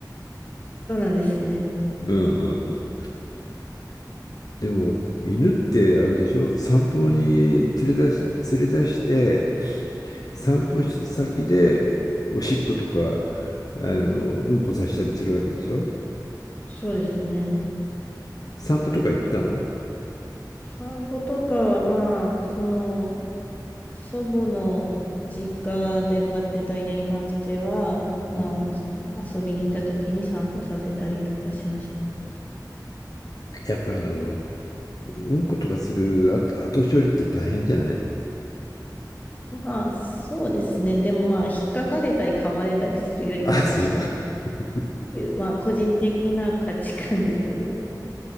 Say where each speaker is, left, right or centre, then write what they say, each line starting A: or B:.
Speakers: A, on the left; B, on the left.
A: そうなんですね。
B: うんうんうん。でも、犬ってあれでしょ散歩に連れ出し、連れ出して、散歩し先でおしっことか、あの、うんこさせたりするわけでしょ
A: そうですね。
B: 散歩とか行ったの
A: 散歩とかは、まあ、その、祖母の実家で飼ってた犬に関しては、まあ、
B: うん
A: その遊びに行った時に散歩させたりとかしました。
B: やっぱあの、うんことかする後後処理って大変じゃない
A: まあ、そうですね。でもまあ、引っかかれたり噛まれたりするよりかはマシかなっ
B: <laughs> あ、そうか。<laughs>
A: ていう、まあ、個人的な価値観ですけど、